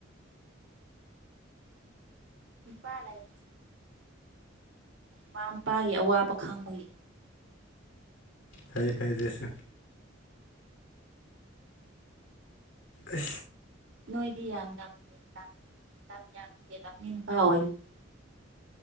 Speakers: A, on the right; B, on the left.
A: ꯄꯥ ꯂꯩ ꯃꯃꯥ ꯃꯄꯥꯒꯤ ꯑꯋꯥꯕ ꯈꯪꯕꯒꯤ
B: ꯊꯩ ꯈꯥꯏꯗꯦꯁꯨ ꯑ
A: ꯅꯣꯏꯗꯤ ꯌꯥꯝ ꯌꯥꯝ ꯂꯝ ꯍꯦꯟꯂꯝꯅꯤ ꯅꯨꯄꯥ ꯑꯣꯏꯕꯅꯤꯅꯥ